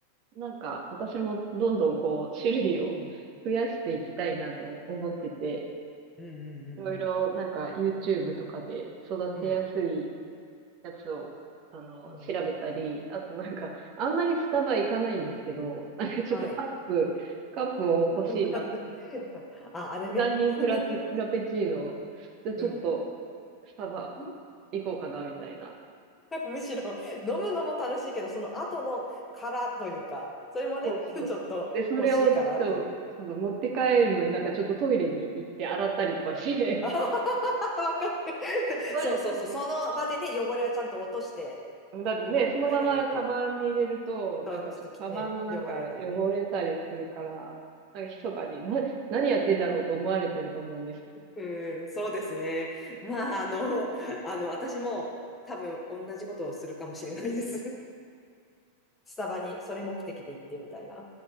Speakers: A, on the right; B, on the left.
A: なんか私もどんどんこう、種類を増やしていきたいなと思ってて、
B: うん。うんうん
A: いろいろなんか YouTube とかで育てやすい
B: うんうん。
A: やつを、あの、
B: うん。うん。
A: 調べたり、あとなんか、あんまりスタバ行かないんですけど、なんかちょっとカップ、
B: はい。
A: カップを欲しいなと。
B: <laughs> あ、あれね。
A: 無駄にフラチ、
B: <laughs>
A: フラペチーノ、で、ちょっと
B: うん。
A: スタバ
B: <laughs>
A: 行こうかな、みたいな。
B: むしろ飲むのも楽しいけど、その後の殻というか、それもね、
A: そうそうそう。
B: <laughs> ちょっと欲しいからっていう。
A: で、それを、そう、そうそう持って帰るのになんかちょっとトイレに行って洗ったりとかして、
B: <laughs> あははわかる。
A: <laughs>
B: <laughs> そうそうそう。
A: 毎
B: その場でね、汚れはちゃんと落として
A: だってね、そのままカバンに入れると、
B: 帰らないと。
A: なんかちょっとカバンの中汚れたりするから、
B: そうちょっときね、汚れるからね。
A: なんか密かに、な、<laughs> 何やってんだろうと思われてると思うんです
B: うん。うん、そうですね。まあ、あの、あの、私も多分同じことをするかもしれないです。スタバにそれ目的で行ってみたいな。